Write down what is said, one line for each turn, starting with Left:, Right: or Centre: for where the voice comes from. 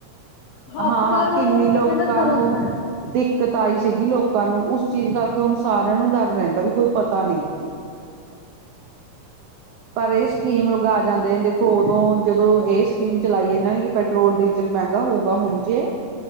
Left: ਹਸਪਤਾਲ
Right: ਹਾਂ ਹਾਂ ਕਿੰਨੇ ਲੋਕਾਂ
Left: ਕਹਦਾ ਕਰੋਨਾ
Right: ਨੂੰ
Left: ਹੈ
Right: ਦਿੱਕਤ ਆਈ ਸੀਗੀ ਲੋਕਾਂ ਨੂੰ ਉਸ ਚੀਜ਼ ਕਰਕੇ ਹੁਣ ਸਾਰਿਆਂ ਨੂੰ ਡਰ ਰਹਿੰਦਾ ਵੀ ਕੋਈ ਪਤਾ ਨਹੀਂ ਪਰ ਇਹ ਸਕੀਮ ਲਗਾ ਤੀ ਜਾਂਦੇ ਨੇ ਦੇਖੋ ਉਦੋਂ ਜਦੋਂ ਇਹ ਸਕੀਮ ਚਲਾਈ ਇਹਨਾਂ ਨੇ ਕਿ ਪੈਟਰੋਲ ਡੀਜ਼ਲ ਮਹਿੰਗਾ ਹੋਊਗਾ ਹੁਣ ਜੇ